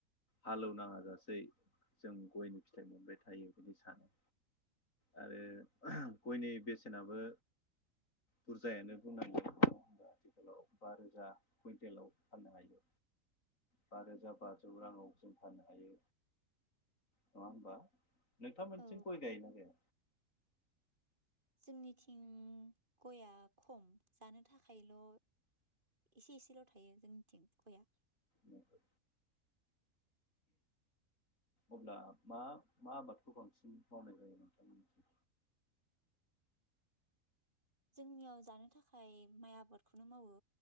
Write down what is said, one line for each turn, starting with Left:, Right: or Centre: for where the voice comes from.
Left: हालौनाङा जासे यै जों गयनि फिथाइ मोनबाय थायो बिदि सानो आरो गयनि बेसेनाबो बुरजायानो बुंनांगोन नङा होनबा आथिखालाव बा रोजा कुइन्टेलाव फाननो हायो बा रोजा बाजौ राङाव जों फाननो हायो नङा होम्बा? नोंथांमोनथिं
Right: औ
Left: गय गायो ना गाया?
Right: जोंनिथिं गया खम जानो थाखायल' एसे एसेल थायो जोंनिथिं गया।
Left: नंगौ अब्ला मा मा आबादखौ बांसिन मावनाय जायो नोंथांमोननिथिं?
Right: जोंनियाव जानो थाखाय माइ आबादखौनो मावो